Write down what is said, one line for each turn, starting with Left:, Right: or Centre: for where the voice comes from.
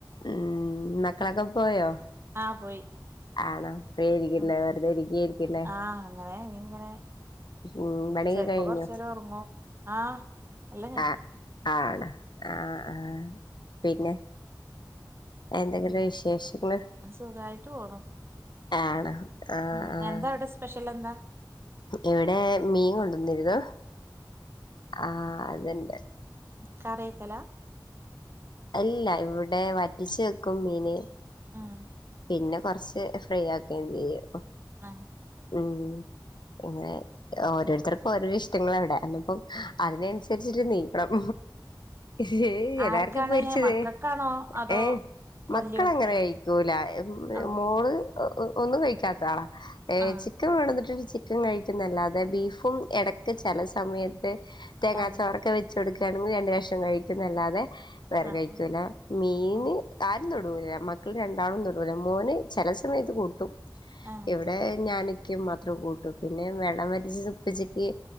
Left: ഉം മക്കളെക്കെ പോയോ
Right: ആ പോയി
Left: ആണോ ഫ്രീ ആയിരിക്കില്ലേ
Right: ഉ
Left: വെറുതെ ഇരിക്കായിരിക്കില്ലേ
Right: ആ അങ്ങനെ ഇങ്ങനെ
Left: ഉം പണിയൊക്കെ
Right: ചെലപ്പം
Left: കഴിഞ്ഞോ
Right: കുറച്ച് നേരം ഉറങ്ങും ആ എല്ലാം കഴിഞ്ഞ്
Left: ആഹ് ആണ് ആ ആ പിന്നെ എന്തെങ്കിലും
Right: പിന്നെ
Left: വിശേഷങ്ങൾ
Right: സുഖായിട്ട് പോണു
Left: ആണോ ആഹ്
Right: ഉം
Left: ആഹ്
Right: എന്താ അവിടെ സ്പെഷ്യൽ എന്താ
Left: ഇവിടെ മീൻ കൊണ്ടുവന്നിരുന്നു ആ അതണ്ട് ആ
Right: കറി വെക്കലാ
Left: അല്ല ഇവിടെ വറ്റിച്ച് വെക്കും മീന്
Right: ഉം
Left: പിന്നെ കുറച്ച് ഫ്രൈ ആക്കുകയും ചെയ്യും
Right: ആ
Left: ഉം ഇങ്ങനെ ഓരോരുത്തർക്കും ഓരോരോ ഇഷ്ടങ്ങള ഇവിടെ അന്നപ്പം അതിനനുസരിച്ചിട്ട് നീക്കണം ഉഹ് എല്ലാവർക്കും
Right: ആർക്കാണ്
Left: പൊരിച്ചത്
Right: മക്കക്കാണോ അതോ
Left: ഏ മക്കള്
Right: വല്യോർക്കാണോ
Left: അങ്ങനെ കഴി - ല്ലാ
Right: ഓ
Left: മോള് ഒന്നും കഴിക്കാത്താളാ ഏ
Right: ആഹ്
Left: ചിക്കൻ വേണോന്നിട്ടൊര്ച്ചി ചിക്കൻ കഴിക്കും എന്നല്ലാതെ ബീഫും എടക്ക് ചെല സമയത്ത് തേങ്ങാച്ചാർ
Right: ആഹ്
Left: ഒക്കെ വെച്ച് കൊടുക്കുകയാണെങ്കി രണ്ട് കഷണം കഴിക്കും എന്നല്ലാതെ വേറെ
Right: ആഹ്
Left: കഴിക്കൂല
Right: ആഹ്
Left: മീന്
Right: ആഹ്
Left: ആരും തൊടു മ് മക്ക മക്കൾ രണ്ടാളും തൊടൂല മോന് ചില സമയത്ത് കൂട്ടും
Right: ആഹ്
Left: ഇവിടെ ഞാൻ മാത്രം കൂട്ടൂ പിന്നെ വെള്ളം വറ്റിച്ചത് ഉപ്പച്ചിക്ക്